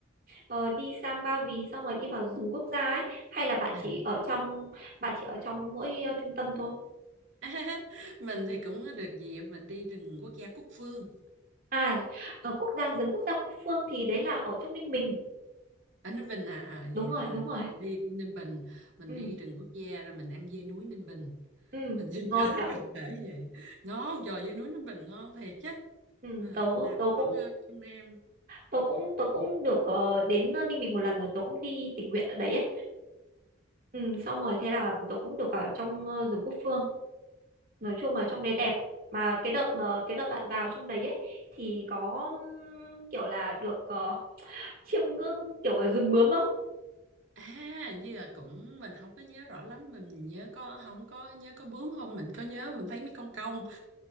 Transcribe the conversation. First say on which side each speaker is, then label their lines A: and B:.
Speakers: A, on the right; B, on the right.
A: ờ, đi sang Ba Vì xong rồi đi vào rừng quốc gia ấy hay là bạn
B: à,
A: chỉ ở trong bạn chỉ ở trong mỗi ờ, trung tâm thôi
B: <laughs> mình thì cũng được dịp mình đi rừng quốc gia Cúc Phương
A: à ở quốc gia rừng quốc gia Quốc Phương thì đấy là ở trong Ninh Bình
B: ở Ninh Bình à, à
A: đúng
B: vậy
A: rồi
B: là
A: đúng rồi
B: mình đi đi Ninh Bình mình
A: ừ
B: đi rừng quốc gia rồi mình ăn dê núi Ninh Bình
A: ừ
B: mình chỉ
A: ngon
B: nhớ <laughs>
A: nhở
B: cụ thể vậy ngon trời dê núi Ninh Bình ngon thiệt chứ
A: ừ,
B: à,
A: tớ
B: làm
A: tớ cũng
B: ngon hơn trong Nam
A: tớ cũng tớ cũng được ờ, đến ờ, Ninh Bình một lần rồi tớ cũng đi tình nguyện ở đấy ấy ừ, xong rồi thế là tớ cũng được vào trong ờ, rừng quốc phương nói chung là
B: à,
A: trong đấy đẹp mà cái đợt mà cái đợt bạn vào trong đấy ấy thì có ừm, kiểu là được ờ, chiêm ngưỡng kiểu ở rừng bướm không
B: À, hình như là cũng mình không có nhớ rõ lắm mà mình nhớ có không có nhớ có bướm không mình có nhớ mình thấy mấy con cong